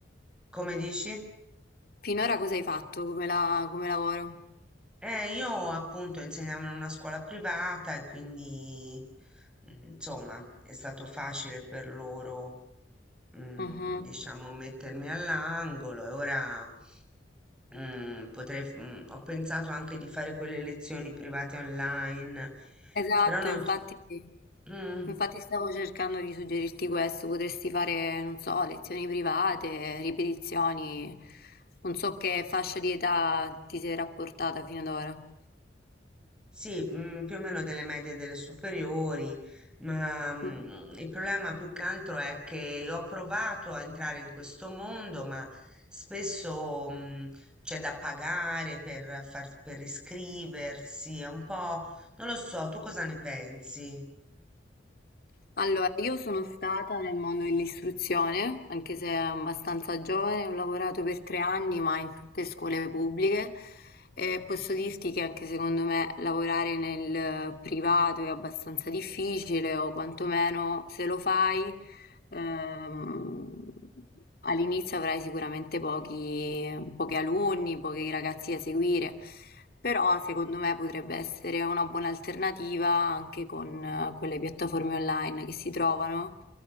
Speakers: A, in the centre; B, on the left.
A: Come dici?
B: Finora cosa hai fatto come la come lavoro?
A: Eh, io appunto insegnavo in una scuola privata e quindi mm, insomma è stato facile per loro, mm,
B: Mh-mh.
A: diciamo, mettermi all'angolo e ora. Mm, potrei, f- mm, ho pensato anche di fare quelle lezioni private online,
B: Esatto,
A: però non...
B: infatti
A: s- Mm,
B: infatti stavo cercando di suggerirti questo, potresti fare, non so, lezioni private, ripetizioni, non so che fascia di età ti sei rapportata fino ad ora.
A: sì, mm, più o meno delle medie e delle superiori, ma mm,
B: Mm.
A: il problema più che altro è che io ho provato a entrare in questo mondo, ma spesso mm, c'è da pagare per, far- per iscriversi, è un po'... Non lo so, tu cosa ne pensi?
B: Allora, io sono stata nel mondo dell'istruzione, anche se abbastanza giovane, ho lavorato per tre anni, ma in tutte scuole pubbliche e posso dirti che anche secondo me lavorare nel privato è abbastanza difficile, o quantomeno se lo fai Ehm, all'inizio avrai sicuramente pochi, pochi alunni, pochi ragazzi da seguire, però secondo me potrebbe essere una buona alternativa anche con eh, quelle piattaforme online che si trovano,